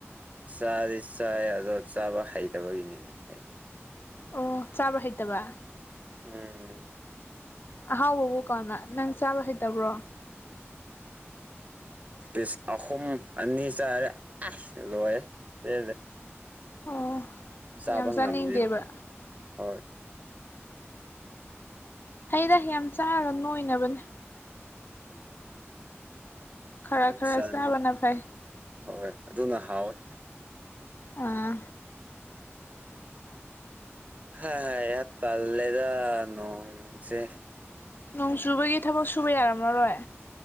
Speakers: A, on the right (about 30°); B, on the left (about 50°).
A: ꯆꯥꯗꯤ ꯆꯥꯏ ꯑꯗꯣ ꯆꯥꯕ ꯍꯩꯇꯕꯒꯤꯅꯦ ꯑꯩꯅ
B: ꯑꯣ ꯆꯥꯕ꯭ꯔ ꯍꯩꯇꯕ
A: ꯎꯝ
B: ꯑꯍꯥꯎꯕꯕꯨ ꯀꯅ ꯅꯪ ꯆꯥꯕ ꯍꯩꯇꯕ꯭ꯔꯣ
A: ꯄꯤꯁ ꯑꯍꯨꯝ ꯑꯅꯤ ꯆꯥꯔꯦ ꯂꯣꯏꯦ ꯄꯦꯜꯂꯦ
B: ꯑꯣ
A: ꯆꯥꯕ
B: ꯌꯥꯝ ꯆꯥꯅꯤꯡꯗꯦꯕ
A: ꯉꯝꯗꯦ ꯍꯣꯏ
B: ꯍꯩꯅ ꯌꯥꯝ ꯆꯥꯔꯒ ꯅꯣꯏꯅꯕꯅꯦ
A: ꯎꯝ
B: ꯈꯔ
A: ꯌꯥꯝ
B: ꯈꯔ
A: ꯆꯥꯅ
B: ꯆꯥꯕꯅ ꯐꯩ
A: ꯍꯣꯏ ꯍꯣꯏ ꯑꯗꯨꯅ ꯍꯥꯎꯋꯦ
B: ꯑꯥ
A: ꯍ ꯍ ꯌꯥ ꯇꯥꯂꯦꯗ ꯅꯣꯡꯁꯦ
B: ꯅꯣꯡ ꯆꯨꯕꯒꯤ ꯊꯕꯛ ꯁꯨꯕ ꯌꯥꯔꯝꯃꯂꯔꯣꯏ